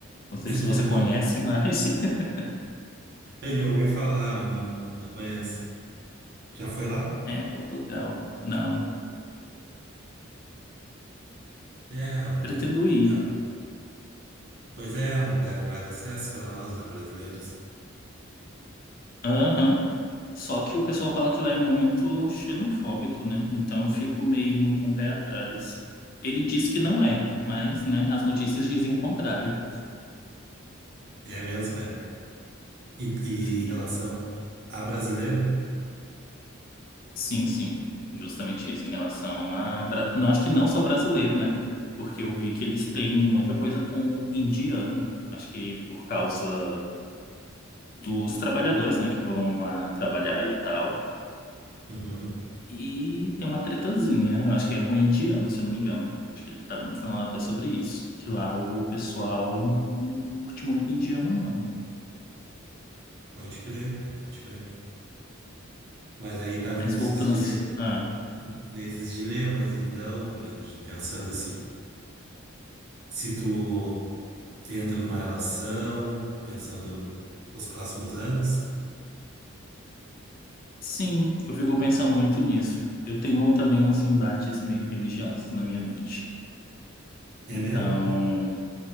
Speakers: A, on the left; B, on the right.
A: não sei
B: <laughs>
A: se você conhece, mas <laughs>
B: Eu já ouvi falar, mas não, não conheço. Já foi lá?
A: é Portugal. Não,
B: É, um,
A: pretendo ir.
B: é, pois é, um lugar de mais acesso para nós, né, brasileiros.
A: Aham. Só que o pessoal fala que lá é muito xenofóbico, né? Então eu fico meio com o pé atrás. Ele diz que não é, mas, né, as notícias dizem o contrário.
B: É mesmo, cara. E, e
A: Sim.
B: em relação a brasileiro?
A: Sim, sim, justamente isso, em relação a. bra- Não, acho que não só brasileiro, né? Porque eu vi que eles têm muita coisa com indiano, acho que por causa dos trabalhadores, né, que vão lá trabalhar e tal.
B: Uhum.
A: E tem uma tretazinha, eu acho que é com indiano, se eu não me engano. Acho que ele estava me falando até sobre isso, que lá o pessoal não curte muito indiano, não.
B: Pode crer, cara, pode crer. Mas aí tá
A: Mas
B: nesses,
A: voltando
B: dile...
A: assim. Ah,
B: nesses dilemas, então, Brando, de pensando assim, se tu entra numa relação, pensando os próximos anos,
A: sim, eu fico pensando muito nisso. Eu tenho também uns embates meio religiosos na minha mente.
B: é
A: Então,
B: mesmo?